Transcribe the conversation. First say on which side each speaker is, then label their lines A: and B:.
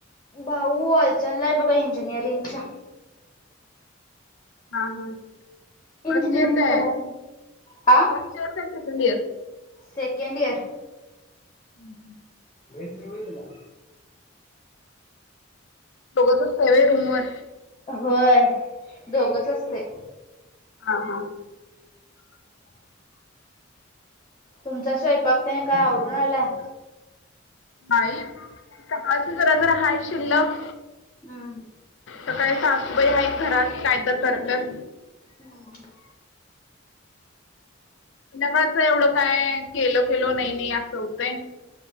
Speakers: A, on the left; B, on the left.
A: भाऊ अलचणला आहे बघा इंजिनिअरिंगच्या.
B: हा हा फस्ट
A: इंजिनिअरिंग
B: इयर काय
A: करायला आ
B: फस्ट इयर काय सेकंड इयर?
A: Second year.
B: हुं, हुं.
A: मिळत नाही व्हय तिला?
B: दोघच असताय व्हय रूमवर?
A: होय दोघच असते.
B: हा, हा. <inaudible>
A: तुमचा स्वयंपाक तेन काय आवरून आला?
B: नाही सकाळच जरा जरा हाय शिल्लक.
A: हम्म
B: सकाळी सासूबाई आहेत घरात कायतर करत्यात.
A: हुं, हुं.
B: संध्याकाळचं एवढं काय केलोकेलो नाहीनाही आसं होतय.